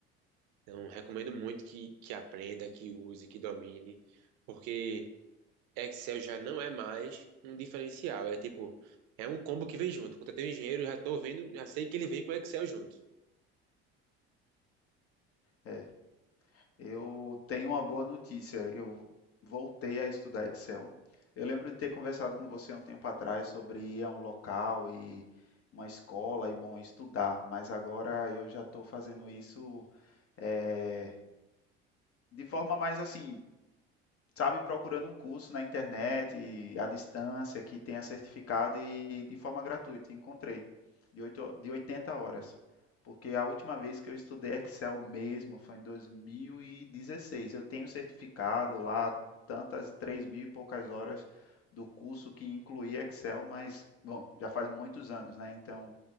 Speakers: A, on the right; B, on the left.
A: Então, recomendo muito que, que aprenda, que use, que domine, porque. Excel já não é mais um diferencial. É tipo, é um combo que vem junto. Contratei um engenheiro, já tô vendo, já sei que ele vem com Excel junto.
B: É. Eu tenho uma boa notícia. Eu voltei a estudar Excel. Eu lembro de ter conversado com você há um tempo atrás sobre ir a um local e uma escola e, bom, estudar, mas agora eu já estou fazendo isso é, de forma mais assim, sabe, procurando um curso na internet, e à distância, que tenha certificado e de forma gratuita. Encontrei, de, oito de 80 horas. Porque a última vez que eu estudei Excel mesmo foi em 2016 Eu tenho certificado lá, tantas, 3 mil e poucas horas do curso que incluía Excel, mas, bom, já faz muitos anos, né? Então,